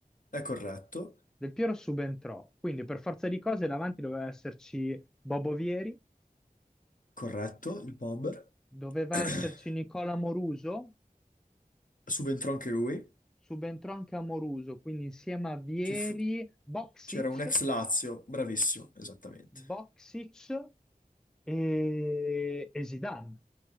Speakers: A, on the left; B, in the centre.
A: È corretto,
B: Del Piero subentrò, quindi per forza di cose davanti doveva esserci Bobo Vieri,
A: corretto, il bomber.
B: doveva
A: <clears throat>
B: esserci Nicola Moruso,
A: Subentrò anche lui.
B: subentrò anche a Moruso, quindi insieme a Vieri,
A: Ci fu-
B: Boxic,
A: C'era un ex Lazio, bravissimo, esattamente.
B: Boxic e, e Zidane,